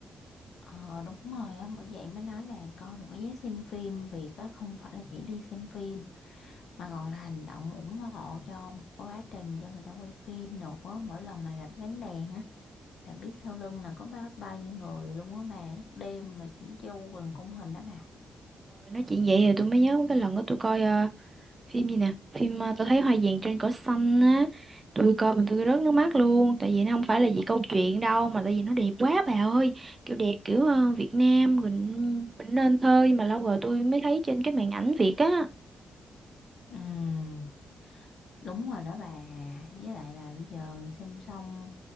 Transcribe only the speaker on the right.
Rồi nói chuyện vậy thì tôi mới nhớ cái lần đó tôi coi ờ, phim gì nè phim ờ, tôi thấy hoa vàng trên cỏ xanh á tôi coi mà tôi rớt nước mắt luôn tại vì nó không phải là vì câu chuyện đâu mà tại vì nó đẹp quá bà ơi kiểu đẹp kiểu ờ, Việt Nam mình mình nên thơ nhưng mà lâu rồi tôi mới thấy trên cái màn ảnh Việt á